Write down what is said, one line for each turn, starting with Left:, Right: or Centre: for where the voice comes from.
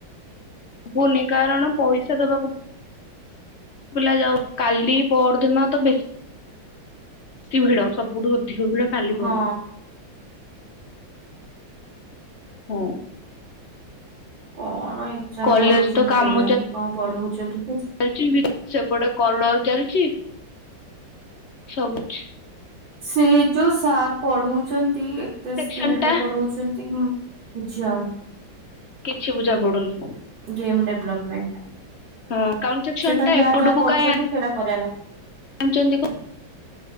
Left: ହୁନି, କାରଣ ପଇସା ଦବାକୁ ପିଲା ଯାଉ କାଲି ପର ଦିନ ତ ବେଶୀ ବେଶୀ ଭିଡ ସବୁଠୁ ବିଡ କାଲି ପ
Right: ହଁ
Left: ହଁ
Right: କଣ ଏଜାମ
Left: କଲେଜ
Right: କରୁଛନ୍ତି
Left: ତ କାମ
Right: କେଜାଣି? କଣ ପଢଉଛନ୍ତି ସେ
Left: ଚାଲିଛି, ସେପଟେ କଲର ଚାଲିଛି ସବୁ ଅଛି
Right: ସେ ଯୋଉ ସାର୍ ପଢଉଛନ୍ତି, ଏତେ
Left: ସେକ୍ସନ
Right: ସ୍ପିଡ
Left: ଟା
Right: ରେ ପଢଉଛନ୍ତି ଆଚ୍ଛା।
Left: କିଛି ବୁଝା ପଡୁନି।
Right: ଗେମ୍ ଡେଭଲପମେଣ୍ଟ
Left: ହଁ କାଉଣ୍ଟସନ୍
Right: ସେ ଖାଲି
Left: ଟାଇପ
Right: ଯାହା
Left: ପଟକୁ
Right: ଯାହା କରୁଛନ୍ତି
Left: କ ପାଞ୍ଚଛନ୍ତି
Right: ସେଇଟା କରିବା
Left: କ <unintelligible>